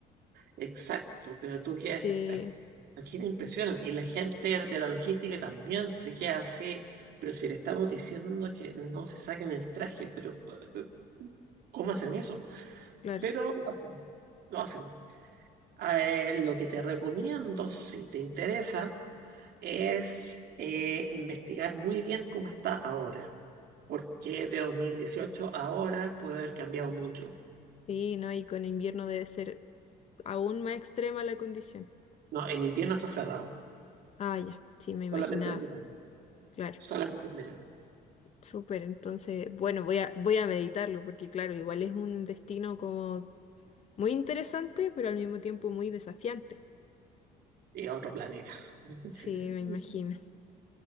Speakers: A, on the right; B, on the left.
A: Exacto, pero tú quedas,
B: Sí,
A: aquí no impresionan y la gente de la logística también se queda así, pero si le estamos diciendo que no se saquen el traje, pero eh, ¿cómo hacen eso?
B: claro.
A: Pero lo hacen, lo hacen. Ah, Eh, lo que te recomiendo, si te interesa, es eh, investigar muy bien cómo está ahora, porque de 2018 a ahora puede haber cambiado mucho.
B: Sí, ¿no? Y con invierno debe ser aún más extrema la condición.
A: No, en invierno está cerrado,
B: Ah, ya, sí, me
A: solamente
B: imaginaba.
A: en verano,
B: Claro,
A: solamente en verano.
B: súper. Entonces, bueno, voy a, voy a meditarlo porque, claro, igual es un destino como muy interesante, pero al mismo tiempo muy desafiante.
A: Y a otro planeta. <laughs>
B: Sí, me imagino.